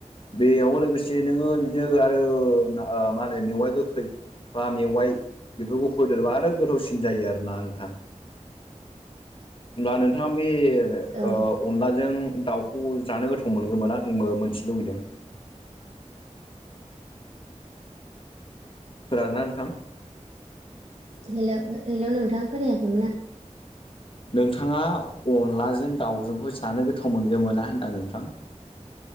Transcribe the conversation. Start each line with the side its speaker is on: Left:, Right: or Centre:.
Left: बेयाव लोगोसे से नोङो बिदिनो आरो ना ओ मा होनो मेवाइ गोखै बा मेवाइ बेफोरखौ होदेरबा आरो गोथावसिन जायो आरोना नोंथां। होमबा नोंथाङा बे
Right: औ
Left: ओ अनलाजों दाउखौ जानो गोथाव मोनगौ मोना आंबो मोनथिनो लुगैदों। फोर आरोना नोंथां।
Right: हेल' हेल' नोंथां खोनायाखैमोन आं।
Left: नोंथाङा अनलाजों दाउजोंखौ जानो गोथाव मोनगोन मोना होनदां नोंथां?